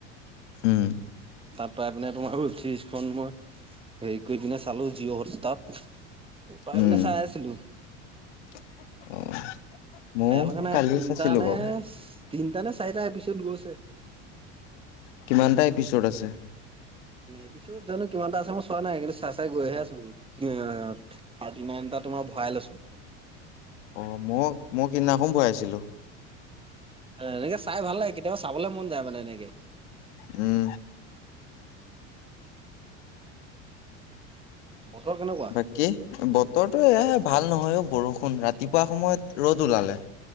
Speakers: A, on the left (about 80°); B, on the right (about 15°).
A: উম
B: তাত পাই পিনে তোমাৰ ৱেব চিৰিজ খন মই হেৰি কৰি পিনে চালো, জিঅ' হটষ্টাৰ্ট। পাই
A: উম
B: পিনে চাই আছিলো।
A: অ'। ময়ো
B: বেয়া লগা নাই
A: কালি
B: তিনটা
A: চাইছিলো
B: নে,
A: বাৰু
B: তিনটা নে চাৰিটা এপিষদ পিছত গৈছে।
A: কিমানটা এপিষদ আছে?
B: এপিষদ জানো কিমান এটা আছে মই চোৱা নাই, কিন্তু চাই চাই গৈহে আছো অহ থিৰ্তী নাইন। অ' তোমাৰ ভৰাই লৈছো।
A: অ'। মই, মই সেইদিনাখন ভৰাইছিলো।
B: এনেকে চাই ভাল লাগে, কেতিয়াবা চাবলে মন যায় মানে এনেকে।
A: উম'।
B: উম'। বতৰ কেনেকুৱা
A: বাকী ব তৰটো এয়া হে ভাল নহয় অ' বৰষুণ। ৰাতিপুৱা সময়ত ৰ'দ ওলালে।